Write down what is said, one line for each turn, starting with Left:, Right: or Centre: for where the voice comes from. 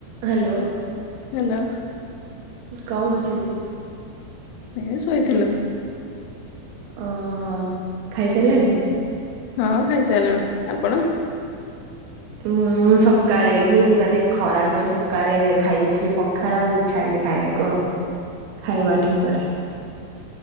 Right: Hello.
Left: Hello.
Right: କଣ କରିଛନ୍ତି।
Left: ଏ ଶୋଇ ଥିଲୁ।
Right: ଅ ହ ଖାଇସାରିଲେଣି?
Left: ହଁ ଖାଇସାରିଲୁଣି। ଆପଣ?
Right: ମୁଁ ସକାଳେ ହିଁ ମାନେ ଖରା ପାଇଁ ସକାଳେ ଖାଇ ଦେଇେଥିଲି ପଖାଳ ଆଉ। ଇଚ୍ଛା ହେଇନି ଖାଇବାକୁ ଆଉ ଖାଇବା ଟିକେ ପରେ।